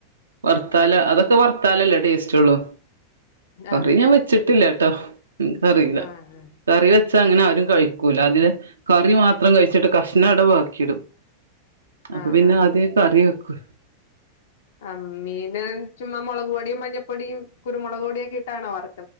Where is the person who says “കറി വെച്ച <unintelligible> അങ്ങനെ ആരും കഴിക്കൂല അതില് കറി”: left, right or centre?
Right